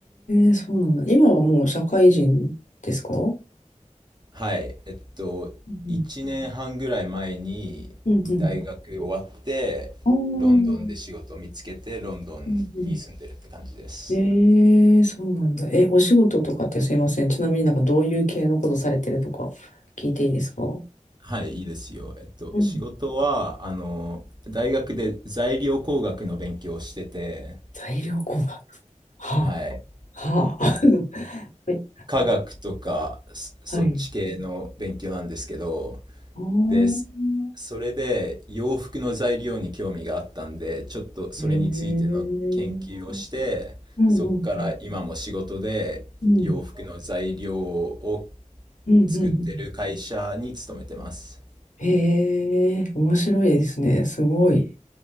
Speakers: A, on the left (about 75°); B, on the right (about 35°).
A: え、そうなんだ。今はもう社会人ですか
B: はい。えっと、
A: うんうん。
B: 1年半ぐらい前に大学終わって、
A: うんうん。ああ。
B: ロンドンで仕事を見つけて、ロンドンに住んでるって感じです。
A: うんうん。ええ、そうなんだ。え、お仕事とかってすいません。ちなみになんかどういう系のことされてるとか聞いていいですか
B: はい、いいですよ。えっと、
A: うん。
B: 仕事は、あの、大学で材料工学の勉強をしてて、
A: 材料工学。は
B: はい。
A: あ、はあ。
B: あ
A: <laughs> はい。
B: 科学とかそそっち系の勉強なんですけど、
A: はい。ああ。
B: で、そそれで洋服の材料に興味があったんで、ちょっとそれについての研究をして、
A: へえ。うんうんうん。
B: そこから今も仕事で洋服の材料を
A: うんうんうん
B: 作ってる会社に勤めてます。
A: へえ、面白いですね。すごい。